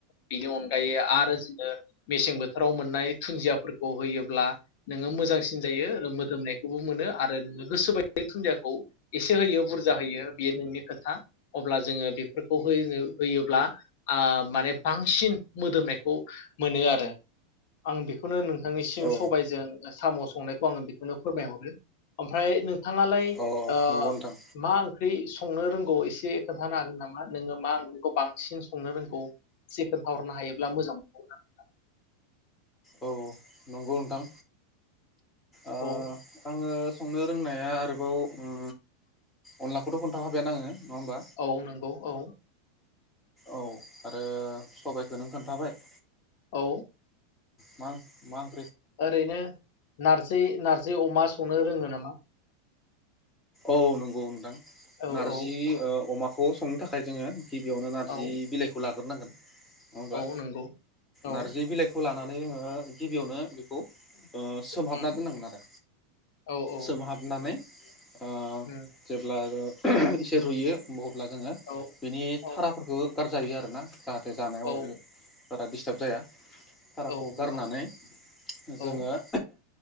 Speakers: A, on the left (about 55°); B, on the left (about 15°).
A: बेनि अनगायै आरो जोङो मेसें बो थोराव मोननाय धुन्दियाफोरखौ होयोब्ला नोङो मोजांसिन जायो मोदोमनायखौबो मोनो आरो नोंनि गोसो बायदि धुन्दियाखौ एसे होयो बुरजा होयो बे नोंनि खोथा अब्ला जोङो बेफोरखौ होयोब्ला ओ माने बांसिन मोदोमनायखौ मोनो आरो आं बेखौनो नों थांनिसिम
B: औ
A: सबायजों साम संनायखौ आङो बेखौनो फोरमायहरो ओमफ्राय नों थाङालाय
B: औ
A: ओ
B: नंगौ नोंथां
A: मा ओंख्रै संनो रोंगौ एसे खोन्थानो हागोन नामा नोङो मा ओंख्रिखौ बांसिन संनो रोंगौ इसे खोनथा हरनो हायोब्ला मोजां मोनगौमोन आं
B: औ नंगौ नोंथां। ओ
A: औ
B: आङो संनो रोंनाया आरोबाव उ अनलाखौथ' खोन्थााखाबायानो आङो होमबा
A: औ नंगौ औ
B: औ आरो सबायखौ नों खोन्थाबाय
A: औ
B: माग माग
A: ओरैनो नारजि नारजिअमा संनो रोङो नामा आ‌
B: औ नों औ थां
A: औ
B: नारजि
A: औ
B: ओ अमा ह संनो थाखाय जोङो गिबियावनो नारजि-बिलाइखौ
A: औ
B: लाग्रोनांगोन नङाहोनबा
A: औ नंगौ औ
B: नारजि बिलाइ लानानै जोङो गिबियावनो बेखौ ओ सोमहाबना
A: उम
B: दोननांगोन आरो
A: औ औ
B: सोमहाबनानै आ
A: उम
B: जेब्ला आरो <unintelligible> एसे रुइयो अ अब्ला जोङो
A: औ
B: बेनि थाराफोरखो
A: औ
B: गारजायो आरो ना। जाहाथे जानायाव
A: औ
B: बारा दिसथाब जाया हाराखौ
A: औ नंगौ
B: गारनानै
A: औ
B: जोङो ओ